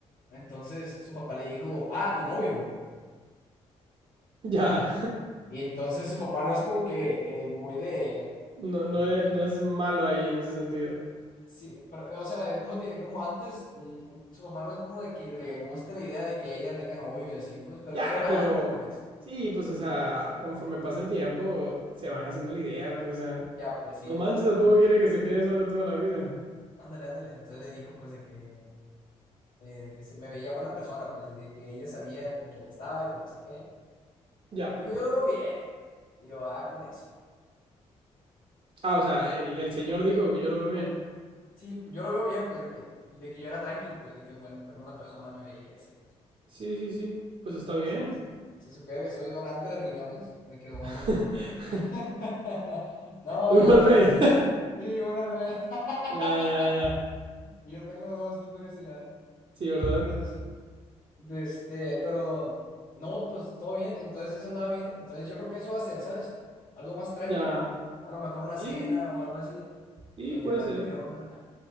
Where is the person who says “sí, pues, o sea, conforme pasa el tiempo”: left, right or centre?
Right